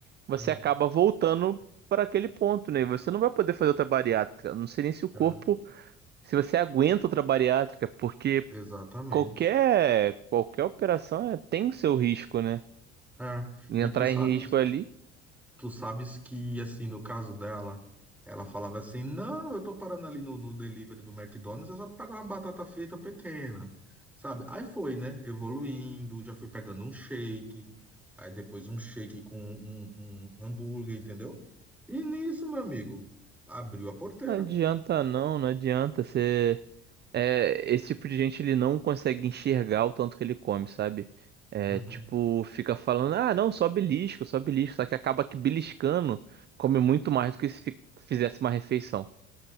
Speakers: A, on the right; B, in the centre.
A: você
B: Hum,
A: acaba voltando para aquele ponto, né? E Você não vai poder fazer outra bariátrica. Não sei nem se o corpo,
B: é,
A: se você aguenta outra bariátrica, porque
B: exatamente.
A: qualquer qualquer operação é- tem o seu risco, né?
B: É.
A: E Entrar
B: E tu sabe.
A: em risco ali,
B: Tu sabes que, assim, no caso dela, ela falava assim: não, eu tô parando ali no, no delivery do McDonald's, eu só pegar uma batata frita pequena, sabe? Aí foi, né? Evoluindo, já fui pegando um shake, aí depois um shake com um, um um hambúrguer, entendeu? E nisso, meu amigo, abriu a porteira.
A: não adianta não, não adianta. É, esse tipo de gente ele não consegue enxergar o tanto que ele come, sabe? É,
B: Uhum,
A: tipo, fica falando, ah, não, só belisco, só belisco, só que acaba que beliscando come muito mais do que se fi- fizesse uma refeição.